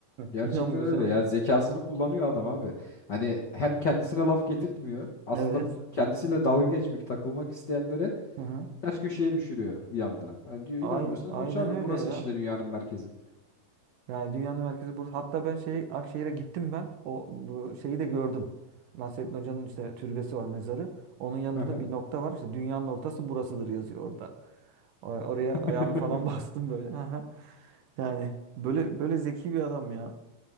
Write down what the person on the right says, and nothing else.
<laughs> İnanmıyorsanız
evet.
Hı hı.
Ayn- Aynen,
öyle
ya.
Yani dünyanın merkezi burası. Hatta ben şey Akşehir'e gittim ben. O bu şeyi de gördüm. Nasrettin Hoca'nın işte türbesi var, mezarı. Onun yanında
da bir nokta var. İşte dünyanın ortası burasıdır yazıyor orada. O- Oraya ayağımı
falan <laughs> bastım böyle. Aha. Yani böyle böyle zeki bir adam ya.